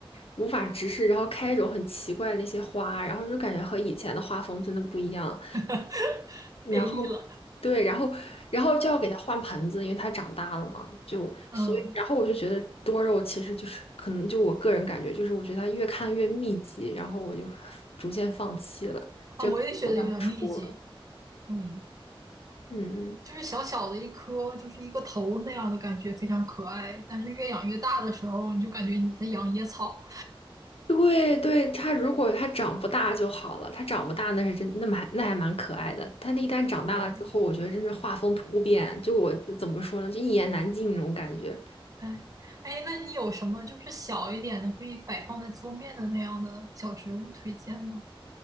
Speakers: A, on the left (about 85°); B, on the right (about 40°).
A: 无法直视，然后开一种很奇怪的那些花，然后就感觉和以前的画风真的不一样。
B: <laughs>
A: 然后，
B: 变异了。
A: 对，然后，然后就要给它换盆子，因为它长大了嘛，就所以，
B: 嗯，
A: 然后我就觉得多肉其实就是可能就我个人感觉，就是我觉得它越看越密集，然后我就逐渐放弃了，
B: 啊，
A: 这可能我算是出了，
B: 我也觉得有点密集。嗯，
A: 嗯。嗯
B: 就是小小的一颗，就是一个头那样的感觉，非常可爱。但是越养越大的时候，你就感觉你在养野草。
A: 对对，它如果它长不大就好了，它长不大那是真，那么还那还蛮可爱的。它那一旦长大了之后，
B: 对，
A: 我觉得真是画风突变，就我怎么说呢，就一言难尽那种感觉。
B: 哎，哎，那你有什么就是小一点的可以摆放在桌面的那样的小植物推荐吗？